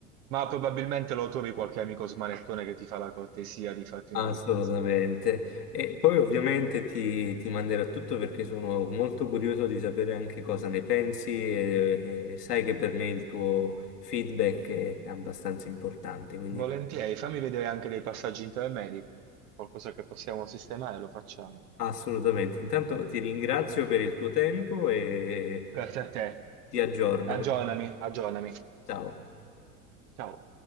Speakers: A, on the right; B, on the left.
A: ma probabilmente lo trovi qualche amico smanettone che ti fa la cortesia di farti
B: assolutamente.
A: una ripresa.
B: E poi ovviamente ti, ti manderò tutto perché sono molto curioso di sapere anche cosa ne pensi e, e sai che per me il tuo feedback è è abbastanza importante, quindi
A: Volentieri, fammi vedere anche dei passaggi intermedi, qualcosa che possiamo sistemare, lo facciamo.
B: assolutamente. Intanto ti ringrazio per il tuo tempo e
A: Grazie a te.
B: ti aggiorno.
A: Aggiornami, aggiornami.
B: Ciao.
A: Ciao.